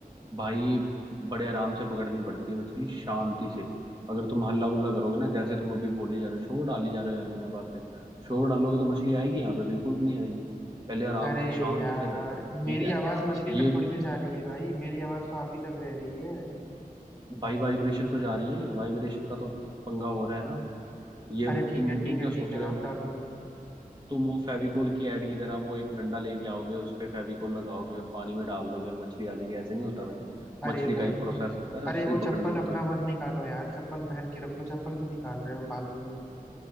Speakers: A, on the right (about 30°); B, in the centre.
A: भाई बड़े आराम से पकड़नी पड़ती है मछली शांति से अगर तुम हल्ला गुल्ला करोगे ना जैसे तुम अभी बोली जा रहे हो शोर डाली जा रहे हो यार बिना बात से शोर डालोगे तो मछली आएगी यहाँ पे बिल्कुल भी नहीं आएगी पहले आराम
B: अरे
A: से शांति
B: यार
A: से बैठो ठीक
B: मेरी
A: है
B: आवाज मछली
A: ये
B: तक थोड़ी ना जा रही है भाई मेरी आवाज तो आप ही तक रह रही है
A: भाई वाइब्रेशन तो जा रही है वाइब्रेशन का तो पंगा हो रहा है ना ये
B: अरे ठीक
A: तुम
B: है ठीक
A: तुम
B: है
A: क्या सोच
B: ठीक है
A: रहे हो
B: आप डालो
A: तुम वो फेविकोल की ऐड की तरह वो एक डंडा लेके आओगे उस पे फेविकोल लगाओगे और पानी में डाल दोगे और मछली आ जाएगी ऐसे नहीं होता भाई
B: अरे
A: मछली का
B: भाई
A: एक प्रोसेस होता है
B: अरे
A: उससे ही
B: वो
A: पकड़नी
B: चप्पल
A: होती
B: अपना
A: है
B: मत निकालो यार चप्पल पहन के रखो चप्पल क्यों निकाल रहे हो फालतू में